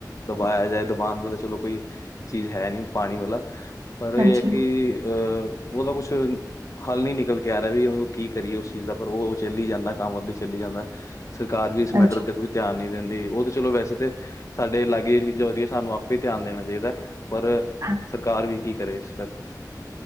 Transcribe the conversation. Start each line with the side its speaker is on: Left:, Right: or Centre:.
Left: ਦਬਾਇਆ ਜਾਏ ਦਬਾਉਣ ਦਾ ਤਾਂ ਚਲੋ ਕੋਈ ਚੀਜ਼ ਹੈ ਨੀ ਪਾਣੀ ਵਾਲਾ। ਪਰ ਇਹ
Right: ਹਾਂਜੀ
Left: ਹੈ ਕਿ, ਅਹ ਉਹ ਤਾਂ ਕੁਛ ਹੱਲ ਨੀ ਨਿਕਲ ਕੇ ਆ ਰਿਹਾ ਵੀ ਉਹਨੂੰ ਕੀ ਕਰੀਏ, ਉਸ ਚੀਜ਼ ਦਾ ਪਰ ਉਹ ਚੱਲੀ ਜਾਂਦਾ ਕੰਮ ਆਪਦੇ ਚੱਲੀ ਜਾਂਦਾ। ਸਰਕਾਰ ਵੀ ਇਸ ਮੈਟਰ
Right: ਹਾਂਜੀ
Left: ਦੇ ਕੋਇ ਧਿਆਨ ਨਹੀਂ ਦਿੰਦੀ, ਉਹ ਤੇ ਚਲੋ ਵੈਸੇ ਤੇ ਸਾਡੇ ਲਾਗੇ ਜਹੜੀ ਚੀਜ਼ਾਂ ਹੋਦੀ ਹੈ ਸਾਨੂੰ ਆਪੇ ਹੀ ਧਿਆਨ ਦੇਣਾ ਚਾਹੀਦਾ ਹੈ। ਪਰ
Right: ਹਾਂ
Left: ਸਰਕਾਰ ਵੀ ਕੀ ਕਰੇ ਇਸ ਫ